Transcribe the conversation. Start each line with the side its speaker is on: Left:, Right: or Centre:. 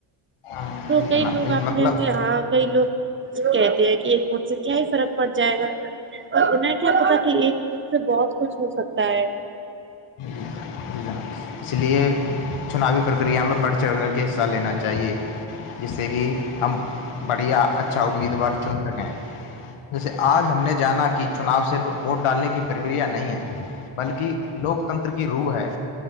Left: ہ
Right: تو
Left: جی
Right: کئی
Left: جناب
Right: لوگ
Left: اس
Right: آپ
Left: مطلب
Right: نے ہاں کئی لوگ کہتے ہیں کہ ایک گٹ سے کیا ہی فرق پڑ جائے گا تو انہیں کیا پتا کہ ایک جت سے بہت کچھ ہو سکتا ہے
Left: <unintelligible> اس لیے چناوی پرکریا میں بڑھ چڑھ کر کے حصہ لینا چاہیے جس سے کہ ہم بڑھیا اچھا امیدوار چن سکیں جیسے آج ہم نے جانا کہ چناؤ صرف ووٹ ڈالنے کی پرکریا نہیں ہے بلکہ لوگ کی روح ہے